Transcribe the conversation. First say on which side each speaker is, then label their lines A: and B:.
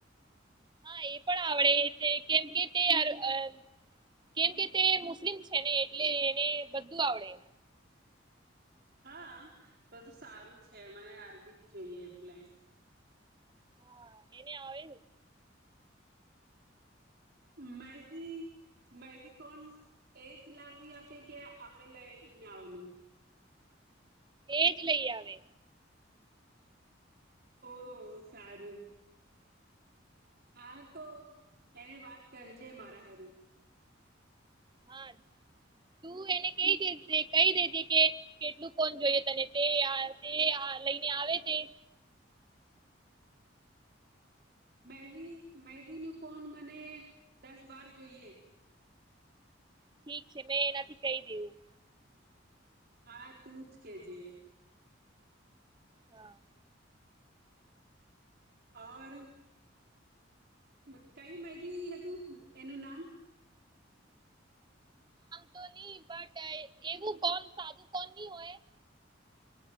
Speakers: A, on the right (about 25°); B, on the right (about 55°).
A: હા એ પણ આવડે તે કેમ કે તે અર અ કેમ કે તે મુસ્લિમ છે ને એટલે એને બધું આવડે
B: હા તો તો સારું છે મને અરબી જ જોઈએ એટલે
A: હા એને આવે
B: મહેંદી મહેંદી કોન એ જ લાવી આપે કે આપડે લઈને આવવાનું
A: એજ લઈ આવે
B: ઓહ સારું હા તો એને વાત કરજે મારા હારું
A: હા તું એને કે કેય દે જે કઈ દે જે કે કેટલું કોણ જોઈએ તને તે આ તે આ લઈને આવે તે
B: મેહદી મેહદી નો કોન મને દસ-બાર જોઈએ.
A: ઠીક છે મેં એનાથી કય દેવું.
B: હા, તું જ કેજે.
A: હા.
B: ઓર અ કયું મેહદી હતું એનું નામ?
A: તો ની બટ એવું કોણ સાદું કોન ની હોય.